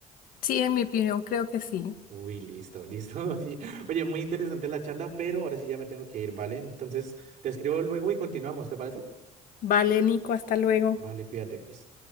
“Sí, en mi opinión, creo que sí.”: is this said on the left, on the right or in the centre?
Left